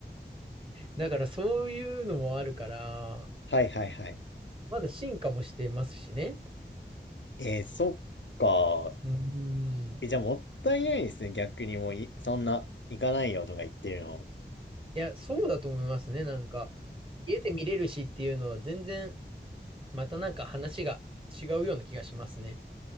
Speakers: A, on the right; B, on the left.
A: だからそういうのもあるから、
B: はいはいはい。
A: まだ進化もしてますしね。
B: えー、そっか。
A: うーん。
B: え、じゃあもったいないですね。逆にもうい、そんな、行かないよとか言ってるの。
A: いや、そうだと思いますね。なんか、家で見れるしっていうのは全然、またなんか話が違うような気がしますね。